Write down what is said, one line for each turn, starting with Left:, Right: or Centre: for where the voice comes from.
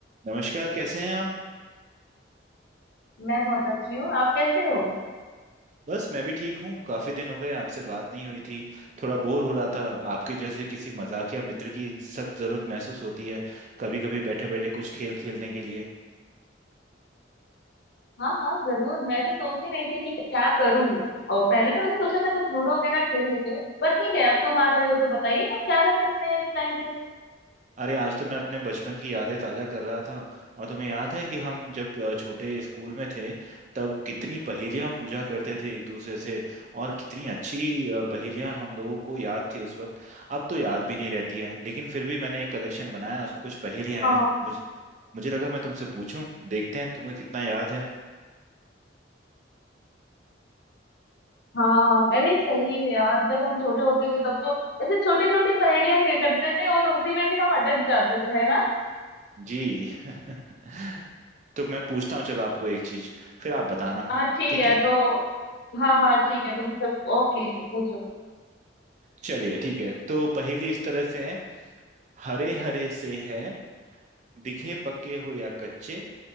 Right: नमस्कार कैसे हैं आप
Left: मैं बहुत अच्छी हूँ आप कैसे हो
Right: बस मैं भी ठीक हूँ काफी दिन हो गए आपसे बात नहीं हुई थी थोड़ा बोर हो रहा था आपके जैसे किसी मजाकिया मित्र की सख्त जरूरत महसूस होती है कभी कभी बैठे बैठे कुछ खेल खेलने के लिए
Left: हाँ हाँ जरूर मैं भी सोच ही रही थी कि क्या करूँ और पहले तो मैंने सोचा था कुछ लूडो वगैरह खेल लेती हूँ पर ठीक है अब तुम आ गए हो तो बताइए हम क्या कर सकते हैं इस टाइम पे
Right: अरे आज तो मैं अपने बचपन की यादें ताजा कर रहा था और तुम्हें याद है कि हम जब अ, छोटे स्कूल में थे तब कितनी पहेलियां पूछा करते थे एक दूसरे से और कितनी अच्छी अ, पहेलियां हम लोगों को याद थी उस वक्त अब तो याद भी नहीं रहती है लेकिन फिर भी मैंने एक कलेक्शन बनाया उसमें कुछ पहेलियां
Left: हाँ
Right: हैं मुझे लगा मैं तुमसे पूछूं देखते हैं तुम्हें कितना याद है
Left: हाँ अरे सही है यार जब हम छोटे होते थे तब तो ऐसे छोटी छोटी पहेलियां खेल करते थे और उसी में भी हम अटक जाते थे है ना
Right: जी <laughs> तो मैं पूछता हूँ चलो आपको एक चीज फिर आप बताना
Left: हाँ ठीक
Right: ठीक
Left: है
Right: है
Left: तो हाँ हाँ ठीक है तुम सब ओके पूछो
Right: चलिए ठीक है तो पहेली इस तरह से है हरे हरे से है दिखे पके हो या कच्चे